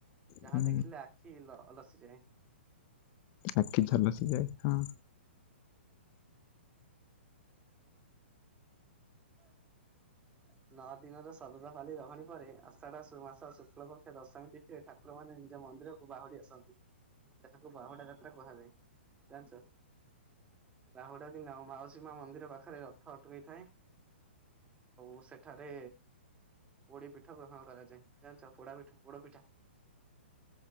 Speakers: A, on the right; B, on the left.
A: ଯାହା
B: ହୁଁ
A: ଦେଖିଲେ ଆଖି ଲ ଲସିଯାଏ।
B: ଆଖି ଝଲସି ଯାଏ।
A: <unintelligible> ନଅ ଦିନର ଶରଦ ଖାଲି ରହଣୀ ପରେ ଆଷାଢ ମାସ ଶୁକ୍ଲ ପକ୍ଷ ଦଶମୀ ତି ଠାକୁର ମାନେ ନିଜ ମନ୍ଦିର କୁ ବାହୁଡ଼ି ଆସନ୍ତି। ଯାହାକୁ ବାହୁଡା ଯାତ୍ରା କୁହାଯାଏ, ଜାଣିଚ? ବାହୁଡା ଦିନ ମାଉସୀ ମା ମନ୍ଦିର ପାଖରେ ରଥ ଅଟକେଇଥାଏ। ଓ ଉ ସେଠାରେ ପୋଡି ପିଠା ଗ୍ରହଣ କରାଯାଏ, ଜାଣିଚ ପୋଡା ପିଠା, ପୋଡ ପିଠା?